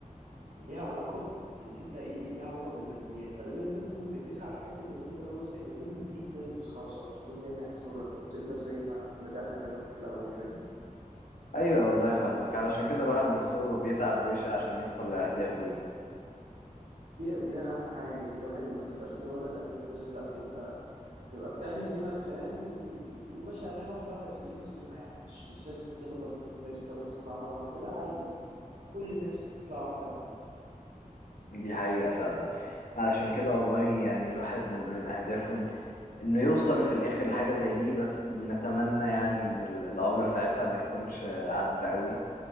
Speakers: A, on the right; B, on the left.
A: ليها علاقة بإن أنت إيه ليها علاقة بالماديات فلازم أنت تكون بتسعى في حتة إن أنت مثلا يكون ليك بيزنس خاص أو تكون ناجح في شغلك أو تقدر زي ما بدأنا كلامنا في الأول فاهم
B: أيوة والله فاهمك علشان كده الواحد من صغره بيتعب ويشقى عشان يوصل لأهدافه دي
A: دي دي أهم حاجة إن الواحد ما تبقاش مجرد أهداف بس لأ تبقى تبقى بتعمل ليها بلان و... وماشي عليها واحدة واحدة سلمة سلمة يعني مش مش لازم تخبط زي الصاروخ تطلع مرة واحدة لأ عادي كل الناس بتطلع واحدة واحدة
B: دي حقيقة فعلا علشان كده والله يعني الواحد من من أهدافه إن- إنه يوصل في الآخر لحاجة زي دي بس نتمنى يعني إن ال- العمر ساعتها ما يكونش عدى قوي